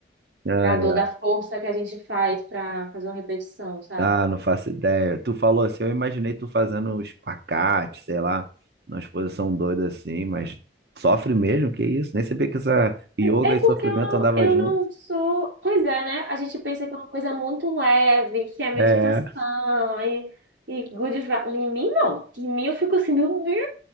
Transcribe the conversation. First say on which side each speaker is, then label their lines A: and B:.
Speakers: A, on the right; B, on the right.
A: Ai,
B: da dor, da força que a gente faz pra fazer uma repetição, sabe?
A: ah, não faço ideia. Tu falou assim, eu imaginei tu fazendo um espacate, sei lá, numa exposição doida assim, mas sofre mesmo, que isso? Nem sabia que essa yoga
B: É
A: e
B: porque
A: sofrimento
B: eu não,
A: andavam
B: eu
A: junto.
B: não sou. Pois é, né? A gente pensa que é uma coisa muito leve, que é meditação
A: É.
B: e, e good vibes. Em mim, não. Em mim, eu fico assim, meu Deus.